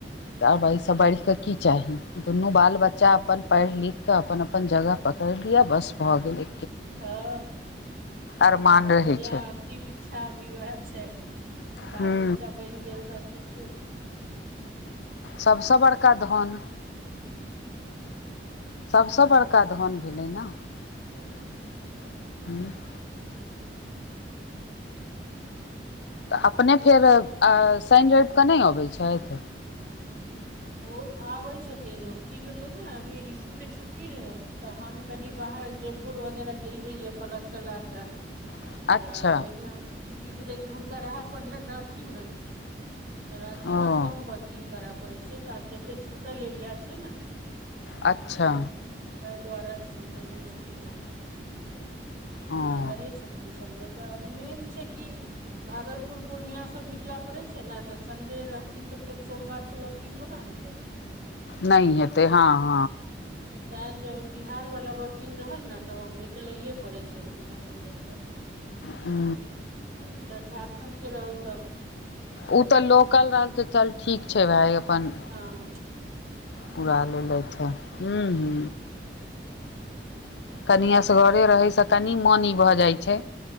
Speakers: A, on the left (about 75°); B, on the right (about 55°).
A: तऽ आब अईसँ बढ़िकऽ की चाही दुनू बाल बच्चा अपन पढ़ि लिख कऽ अपन अपन जगह पकड़ि लिअ बस भऽ गेलै।
B: हँ
A: अरमान
B: बस
A: रहै
B: अब इएह
A: छै
B: अन्तिम इक्छा अभी वएह छै। बाल
A: हूँ
B: बच्चा बैन गेल तऽ सोचियौ
A: सबसँ बड़का धन। सब सँ बड़का धन भेलै न।
B: सही।
A: <unintelligible> तऽ अपने फेर सैन रैब कऽ नै अबै छैथ।
B: ओ आबै छथिन की भेले ने, अभी रीशु के छुट्टी रहे तऽ हम कनि बाहर जेब। पुर वगैरह गेल रहीये, पलक क ले क
A: <inaudible> अच्छा
B: तऽ ओहिमे की भेलै कि हुनका रहय पड़लनि राँचीमे। राँचीमे
A: ओ
B: कम वर्किंग करय पड़ैत छै तऽ आब जते छूटल एरिया छै ने
A: अच्छा
B: ओ से तै दुआरे संडे नै छथिन आय
A: ओ
B: ओना रहै छथिन संडेक मेन छै कि भागलपुर पूर्णिया सब निकला पड़े छै ने तऽ संडे रहथिन तऽ फेर सोमवार सबर किन कोना हेतै।
A: नै हेतै ह - ह।
B: तैं जो बिहार वाला वर्किंग रहल ने तऽ ओ निकलये पड़े छैन हुनका संडे के
A: हू
B: आ इधर झारखण्ड के रहल तब
A: उ तऽ लोकल रहल तऽ चल ठीक छै भाय अपन
B: ह।
A: पूरा लेलैथे हु हु।
B: <unintelligible>
A: कनि असगरे रहै सँ कनि मनि भऽ जाइ छै,